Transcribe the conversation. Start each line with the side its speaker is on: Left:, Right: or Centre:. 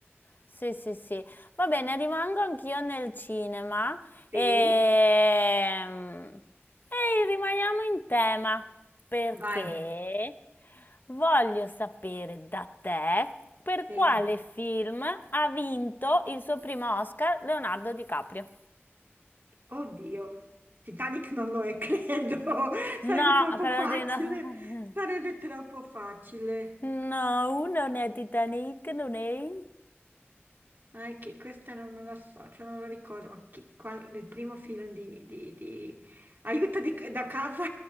Left: Sì, sì, sì. Va bene, rimango anch'io nel cinema
Right: Sì,
Left: e... e rimaniamo in tema perché
Right: vai,
Left: voglio sapere da te per
Right: sì.
Left: quale film ha vinto il suo primo Oscar Leonardo DiCaprio.
Right: Oddio, Titanic non lo è, <laughs> credo, sarebbe
Left: No,
Right: troppo
Left: credo
Right: facile,
Left: di no.
Right: sarebbe troppo facile.
Left: <laughs> No, non è Titanic, non è.
Right: Ah, è che questa non non la so, cioè non la ricordo, ma chi- qual- il primo film di, di- di- Aiuto di- da casa?